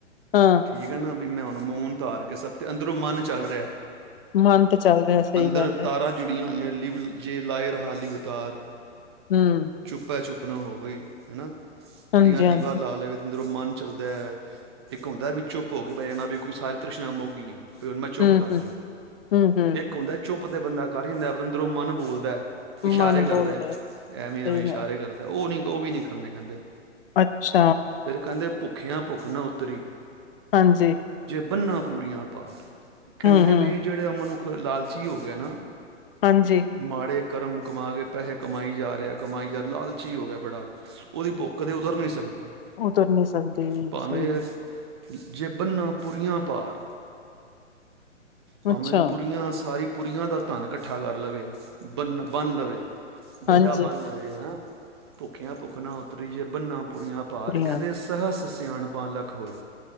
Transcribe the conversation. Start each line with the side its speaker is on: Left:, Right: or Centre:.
Left: ਹਾਂ
Right: ਠੀਕ ਹੈ ਨਾ। ਮੈਂ ਹਨੂੰ ਮੋਨ ਧਾਰ ਕੇ ਸਭ ਤੇ ਅੰਦਰੋਂ ਮਨ ਚੱਲ ਰਿਹਾ।
Left: ਮਨ ਤੇ ਚੱਲ ਰਿਹਾ ਸਹੀ
Right: ਅੰਦਰ
Left: ਗੱਲ ਹੈ
Right: ਤਾਰਾਂ ਜੁੜੀਆਂ ਹੋਈਆ, ਲਿਵ ਜੇ ਲਾਏ ਰਿਹਾ ਲਿਵ ਤਾਰ
Left: ਹਮ
Right: ਚੁੱਪਾ-ਚੁੱਪ ਨਾ ਹੋਵੇ ਹਨਾ। ਬੜੀਆਂ
Left: ਹਾਂਜੀ
Right: ਲਿਵਾ
Left: ਹਾਂਜੀ
Right: ਲਾ ਲਵੇ ਅੰਦਰੋਂ ਮਨ ਚੱਲਦਾ, ਇੱਕ ਹੁੰਦਾ ਵਿੱਚੋ ਭੋਗ ਪੇ ਜਾਣਾ ਵੀ ਸਾਰੀ ਤਰੀਸ਼ਨਾ ਮੁਕ ਗਈਆਂ। ਫੇਰ ਮੈਂ ਚੁੱਪ
Left: ਹਮ
Right: ਕਰ
Left: ਹਮ
Right: ਗਿਆ,
Left: ਹਮ ਹਮ
Right: ਇੱਕ ਹੁੰਦਾ ਚੁੱਪ ਉ ਤੇ ਬੰਦਾ ਕਰ ਜਾਂਦਾ, ਪਰ ਅੰਦਰੋਂ ਮਨ ਬੋਲਦਾ। ਇਸ਼ਾਰੇ
Left: ਮਨ
Right: ਕਰਦਾ,
Left: ਬੋਲ ਰਿਹਾ
Right: ਐਵੇਂ-ਐਵੇਂ
Left: ਸਹੀ
Right: ਇਸ਼ਾਰੇ
Left: ਗੱਲ
Right: ਕਰਦਾ, ਉਹ ਨਹੀਂ। ਉਹ ਵੀ ਨਹੀਂ ਕਰਨੇ ਕਹਿੰਦੇ।
Left: ਅੱਛਾ।
Right: ਫਿਰ ਕਹਿੰਦੇ ਭੁੱਖ ਭੁੱਖਿਆ ਭੁੱਖ ਨਾ ਉੱਤਰੀ।
Left: ਹਾਂਜੀ।
Right: ਬੰਨਾ ਪੂਰੀਆਂ ਪਾਰ ਕਹਿੰਦੇ
Left: ਹੂੰ-ਹੂੰ,
Right: ਵੀ ਜਿਹੜੇ ਮਨੁੱਖ ਲ ਲਾਲਚੀ ਹੋ ਗੇ ਨਾ।
Left: ਹਾਂਜੀ।
Right: ਮਾੜੇ ਕਰਮ ਕਮਾ ਕੇ ਪੈਸਹੇ ਕਮਾਈ ਜਾ ਰੇਯਾ ਏ, ਕਮਾਈ ਜਾ ਰੇਯਾ ਏ, ਲਾਲਚੀ ਹੋ ਗੇਆ ਬੜਾ। ਓਦੀ ਭੁੱਖ ਕਦੇ ਉਦਰ ਨੀ ਸਕਦੀ।
Left: ਉਤਰ ਨੀ ਸੱਕਦੀ
Right: ਭਾਵੇਂ
Left: ਸਹੀ
Right: ਜੇ ਬੰਨਾ ਪੁਰੀਆ ਭਾਰ ਭਾਵੇਂ
Left: ਅੱਛਾ,
Right: ਪੁਰੀਆਂ ਸਾਰੀ ਪੁਰੀਆਂ ਦਾ ਧੰਨ ਕੱਠਾ ਕਰ ਲਵੇ ਬੰਨ-ਬੰਨ੍ਹ ਲਵੇ ਗੱਡਾ
Left: ਹਾਂਜੀ
Right: ਬੰਨ ਲਵੇ ਹਣਾਂ। ਭੁਖੇਆ-ਭੁਖ ਨਾ ਉਤਰੀ ਜੇ ਬੰਨਾ ਪੂਰੀਆ ਭਾਰ। ਭਾਰ
Left: ਕੁੜੀਆਂ
Right: ਕੈਂਦੇ ਸਹਸ ਸਿਆਣਪ ਤਾ ਲੱਖ ਹੋਏ